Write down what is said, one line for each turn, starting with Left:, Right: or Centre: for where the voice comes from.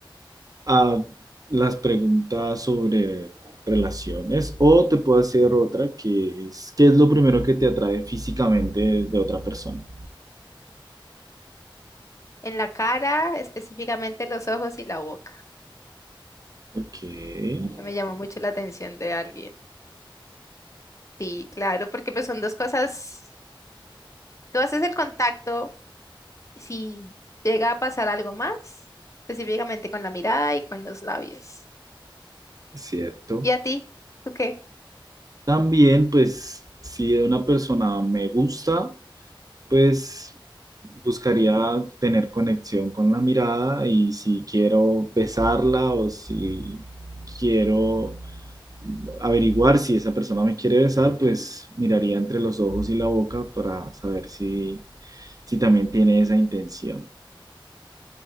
Right: A las preguntas sobre relaciones o te puedo hacer otra que es, ¿qué es lo primero que te atrae físicamente de otra persona?
Left: En la cara, específicamente los ojos y la boca.
Right: Ok, es
Left: que Me llama mucho la atención de alguien. Sí, claro, porque pues son dos cosas. Tú haces el contacto, si llega a pasar algo más, específicamente con la mirada y con los labios.
Right: cierto.
Left: ¿Y a ti? ¿Tú qué?
Right: También, pues, si una persona me gusta, pues buscaría tener conexión con la mirada y si quiero besarla o si quiero averiguar si esa persona me quiere besar, pues miraría entre los ojos y la boca para saber si, si también tiene esa intención.